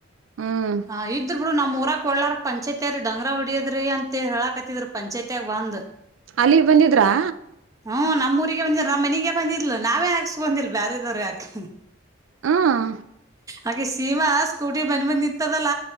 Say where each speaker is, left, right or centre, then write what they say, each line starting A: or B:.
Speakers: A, on the right; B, on the right.
A: ಹ್ಮ್.
B: ಹಾ ಇದ್ರೂ ಬಿಡು ನಮಊರ ಗ ಕೊಡ್ಲಾರದಕ ಪಂಚಾಯತ್ರ ಡಂಗರ ಹೊಡಿಯದ್ರಿ ಅಂತ ಹೇಳಾಕತ್ತಿದಿದ್ದರು ಪಂಚಾಯತಿಯಾಗ ಬಂದ್.
A: ಅಲ್ಲಿಗ ಬಂದಿದ್ರಾ.
B: ಹ್ಮ್ ನಮ್ಮ ಊರಿಗೆ ಬಂದಿಲ್ಲ ನಮ್ಮ ಮನಿಗೆ ಬಂದಿದ್ಲು ನಾವೇ ಹಾಸ್ಕೊಂಡಿಲ್ಲ ಬ್ಯಾರೆದಾರ ಯಾಕ್.
A: ಹ್ಮ್.
B: ಅಕಿ ಸೀಮಾ ಸ್ಕೂಟಿ ಮನಿಗ ಬಂದ ನಿಂತದಲ್ಲ.